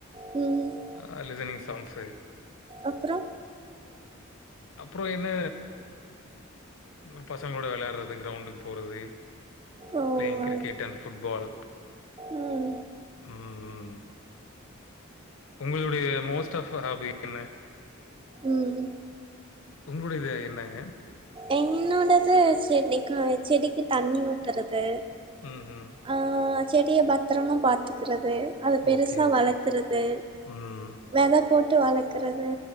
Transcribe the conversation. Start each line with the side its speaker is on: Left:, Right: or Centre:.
Right: ம்
Left: ஆஹ் லிசனிங் சாங்ஸு
Right: அப்றோ
Left: அப்றோ என்ன ம் பசங்களோட வெளையாட்றது கிரௌண்டுக் போறது.
Right: ஓ
Left: பிளேயிங் கிரிக்கெட்
Right: அது.
Left: அண்ட் ஃபுட்பால்
Right: ம்
Left: ம் ம். உங்களுடைய மோஸ்ட் ஆஃப் ஹாபி என்ன?
Right: ம்
Left: உங்ளுடையது என்னங்க?
Right: என்னோடது செடிக்கா செடிக்கி தண்ணி ஊத்தறது
Left: ம்ஹ்ம்.
Right: ஆ செடியை பத் திரமா பாத்துக்றது அத பெருசா
Left: ஓகே, ஓகே.
Right: வளக்குறது.
Left: ம்.
Right: வெத போட்டு வளக்கறது